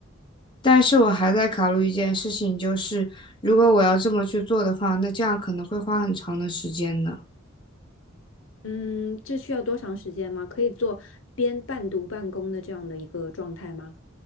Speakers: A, on the left (about 25°); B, on the left (about 80°).
A: 但是我还在考虑一件事情，就是如果我要这么去做的话，那这样可能会花很长的时间呢。
B: 嗯，这需要多长时间吗？可以做边半读半工的这样的一个状态吗？